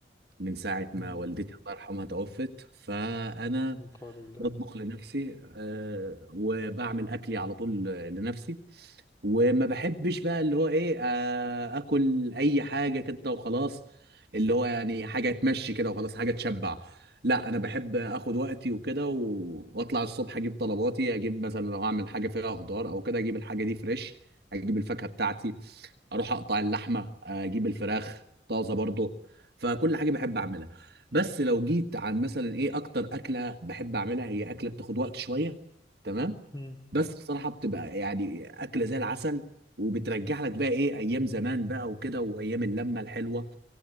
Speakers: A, on the right (about 60°); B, on the left (about 25°).
A: من ساعه ما
B: مم،
A: والدتي الله يرحمها توفت فانا
B: من قال الله
A: بطبخ لنفسي آه، وبعمل اكلي على طول لنفسي وما بحبش بقى اللي هو ايه آه، اكل اي حاجه كده وخلاص اللي هو يعني حاجه تمشي كده وخلاص حاجه تشبع لا انا بحب اخد وقتي وكده و- واطلع الصبح اجيب طلباتي اجيب مثلا لو هعمل حاجه فيها خضار او كده اجيب الحاجه دي فريش اجيب الفاكهه بتاعتي اروح اقطع اللحمه آه، اجيب الفراخ طازه برضو فكل حاجه بحب اعملها بس لو جيت عن مثلا ايه اكتر اكله بحب اعملها هي اكله بتاخد وقت شويه تمام
B: مم،
A: بس بصراحه بتبقى يعني اكله زي العسل وبترجع لك بقى ايه ايام زمان بقى وكده وايام اللمه الحلوه